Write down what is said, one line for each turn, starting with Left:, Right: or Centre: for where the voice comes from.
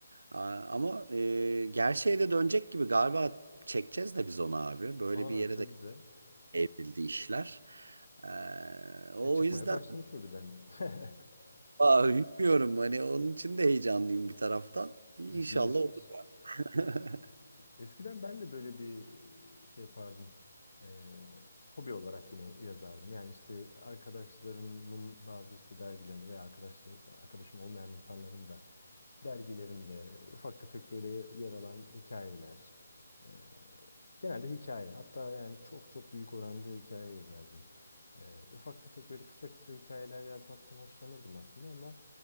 Right: Aa, ama e, gerçeğe de dönecek gibi galiba çekeceğiz de biz onu abi. Böyle
Left: Aa
Right: bir yere
Left: çok
Right: de
Left: güzel.
Right: evrildi işler. Ee, o
Left: E çıkmaya
Right: yüzden
Left: başlamış o birden. <laughs>
Right: <laughs> aa, bilmiyorum hani onun için de heyecanlıyım bir taraftan. İnşallah
Left: Ciddileşmiş.
Right: olur. <laughs>
Left: Eskiden ben de böyle bir e, şey yapardım. Ee, hobi olarak yine yazardım. Yani işte arkadaşlarımın bazı işte dergilerinde veya arkadaşlar, arkadaşım olmayan insanların da dergilerinde ufak tefek böyle yer alan hikayeler. Ee, genelde hikaye. Hatta yani çok çok büyük oranda hikaye yazardım. Ee, ufak tefek böyle kısa kısa hikayeler yazmaktan hoşlanırdım aslında ama